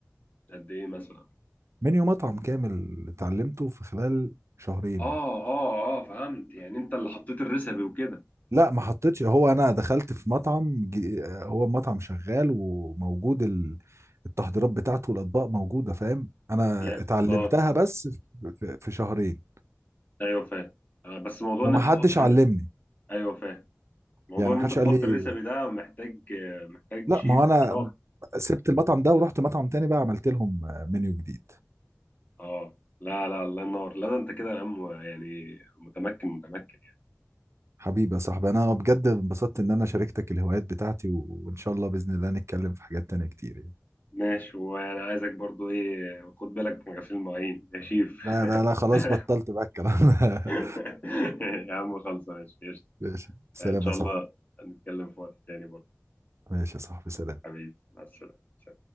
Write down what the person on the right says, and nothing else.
منيو مطعم كامل اتعلمته في خلال شهرين
لا ما حطيتش هو انا دخلت في مطعم ج- هو مطعم شغال وموجود ال- التحضيرات بتاعته والاطباق موجوده فاهم انا
اتعلمتها
بس في في شهرين
وما
حدش
علمني
يعني
ما حدش
قال لي
لا
ما هو انا
سبت المطعم ده ورحت مطعم تاني بقى عملت لهم منيو جديد
حبيبي يا صاحبي انا بجد انبسطت ان انا شاركتك الهوايات بتاعتي و- وان شاء الله باذن الله نتكلم في حاجات تانية كتير
لا لا لا خلاص
بطلت بقى الكلام ده
<laughs> ماشي سلام
يا صاحبي
ماشي يا صاحبي سلام